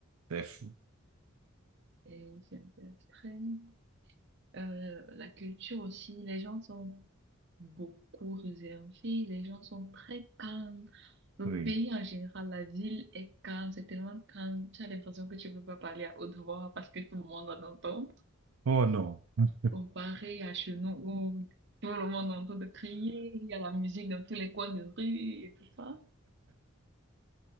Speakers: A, on the right; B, on the right.
A: C'est fou.
B: et c'est un peu extrême. Euh, la culture aussi, les gens sont beaucoup réservés, les gens sont très calmes. Le
A: Oui.
B: pays en général, la ville est calme, c'est tellement calme, tu as l'impression que tu ne peux pas parler à haute voix parce que tout le monde va t'entendre.
A: Oh non. Hum,
B: comparé à chez nous où tout le monde est en train de crier, il y a la musique dans tous les coins de rue et tout ça.